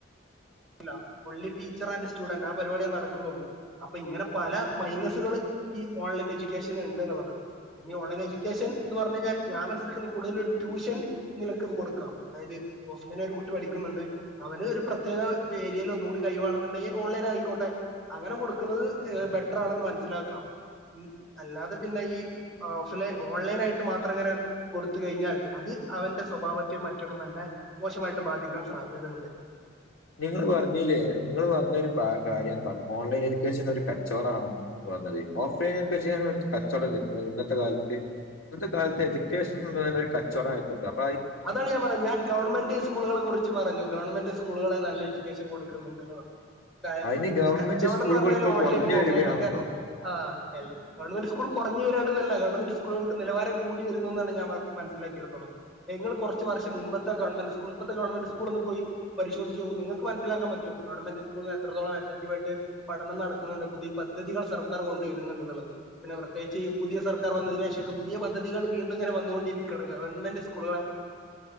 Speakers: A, in the centre; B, on the left.
A: ല്ല ഒൺലി ടീച്ചറാൻഡ് സ്റ്റുഡന്റ് ആ പരിപാടിയെ നടക്ക്‌ന്നുള്ളൂ <unintelligible> അപ്പൊ ഇങ്ങനെ പല മൈനസുകള് ഇ ഓൺലൈൻ എജുക്കേഷന് ഇണ്ട്ന്ന്ള്ളതാണ് ഇ ഓൺലെൻ എജുക്കേഷൻ ന്ന് പർഞ്ഞയ്ഞ്ഞാൽ ഞാൻ മൻസ്സിലാക്കുന്നത് കൂടുതൽ ട്യൂഷൻ നിനക്കിത്കൊടുക്കാം അതായത് <unintelligible> ഒരു കുട്ടി പഠിക്ക്‌ന്നുണ്ട് അവന് ഒരു പ്രത്യേകാ വേരിയയിൽ ഒന്നുകൂടി കയിവാണെന്ന്ണ്ടെങ്കിൽ ഓൺലൈനായിക്കോട്ടെ അങ്ങനെ കൊടുക്കുന്നത് എ ബെറ്ററാണെന്ന് മൻസ്സിലാക്കാം അല്ലാതെ പിന്നെ ഈ ഓഫ് ലൈൻ ഓൺലൈനായിട്ട് മാത്രങ്ങനെ കൊടുത്ത് കയ്ഞ്ഞാൽ അത് അവന്റെ സ്വഭാവത്തെ മറ്റൊരു നല്ല മോശമായിട്ട് ബാധിക്കാൻ സാധ്യത ണ്ട്
B: നിങ്ങള് പറഞ്ഞിലേ ഇങ്ങൾ പർഞ്ഞൊരു ബ കാര്യന്താണ് ഓൺലൈനെജുക്കേഷൻ ഒരു കച്ചോ ച്ചോടാണ് ന്ന് പർഞ്ഞത് ഓഫ്ലൈനെജുക്കേഷൻ കച്ചോടല്ലേ ഇപ്പ ഇന്നത്തെ കാലത്ത് ന്നത്തെ കാലത്ത് എജുക്കേഷൻന്ന്ള്ളതെന്നൊരു കച്ചോടായിട്ട്ണ്ടാവും
A: അതാണ് ഞാൻ പറഞ്ഞത് ഞാൻ ഗവൺമെന്റ് സ്കൂളുകളെ കുറി ച്ചു പറഞ്ഞു ഗവൺമെന്റ് സ്കൂള്കളാ നല്ല എജുക്കേഷൻ കൊടുക്കുന്നുണ്ട്ന്ന് പറഞ്ഞു
B: അതിന്
A: ഇത്
B: ഗവൺമെന്റ്
A: കച്ചോടം
B: സ്കൂളുകൾ
A: ന്ന് പർഞേല്
B: ഇപ്പോൾ
A: ഓൺലൈനും
B: കുറഞ്ഞു
A: ഓഫ്
B: വരികയാണല്ലോ
A: ലൈനൊക്കെ ആ ഗവൺമെന്റ് സ്കൂൾ കൊർഞ് വെരാണ്ന്നല്ല ഗവൺമെന്റ് സ്കൂളുകൾക്ക്‌ നിലവാരം കൂടി വെരുന്നുന്നാണ് ഞാൻ മ മൻസ്സിലാക്കെടുത്തോളം ഇങ്ങള് കൊറച്ച് വർഷം മുമ്പത്തെ ഗവൺമെന്റ് സ്കൂള് ഇപ്പത്തെ ഗവൺമെന്റ് സ്കൂള ഒന്ന് പോയി പരിശോദിച്ച് നോക്കൂ നിങ്ങക്ക് മനസ്സിലാക്കാം പറ്റും ഗവൺമെന്റ് സ്കൂള് എത്രത്തോംളം അസക്റ്റീവായിട്ട് പഠനം നടക്കുന്നുണ്ട് പുതി പദ്ധതികൾ സർക്കാർ കൊണ്ടുവരുന്നുണ്ട് ന്നുള്ളത്. പിന്നെ പ്രത്യേകിച്ച് ഈ പുതിയ സർക്കാർ വന്നതിന് ശേഷക്കേ പുതിയ പദ്ധതികൾ വീണ്ടും ഇങ്ങെനേ വന്നൊണ്ടിരിക്കാണ് ഗവൺമെന്റ് സ് കുടുണെ